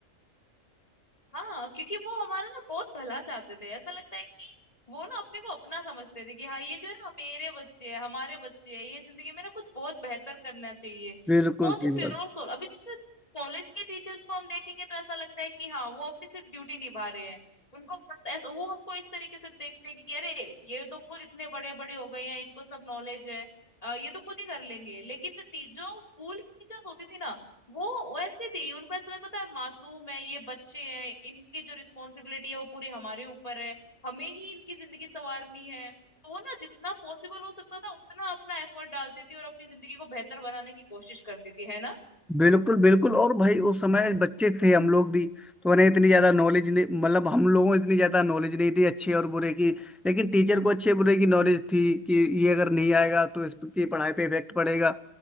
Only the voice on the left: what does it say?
हाँ क्योंकि वो हमारा ना बहुत भला चाहते थे ऐसा लगता है कि वो ना अपने को अपना समझते थे कि हाँ ये जो है ना मेरे बच्चे हैं हमारे बच्चे हैं ये जिंदगी में ना कुछ बहुत बेहतर करना चाहिए
बहुत
ही प्योर
सोल अभी जैसे कॉलेज के टीचर्स को हम देखेंगे तो ऐसा लगता है कि हाँ वो अपनी सिर्फ ड्यूटी निभा रहे हैं उनको पता ऐसा वो हमको इस तरीके से देखते हैं कि अरे ये तो खुद इतने बड़े बड़े हो गए हैं इनको सब नॉलेज है अ, ये तो खुद ही कर लेंगे लेकिन जो टी, जो स्कूल की टीचर्स होती थी ना वो वैसे थी उनको ऐसा लगता था मासूम है ये बच्चे हैं इनकी जो रिस्पॉन्सिबिलिटी है वो पूरी हमारे ऊपर है हमें ही इनकी जिंदगी संवारनी है तो वो ना जितना पॉसिबल हो सकता था उतना अपना एफर्ट डालती थी और अपनी जिंदगी को बेहतर बनाने की कोशिश करती थी है ना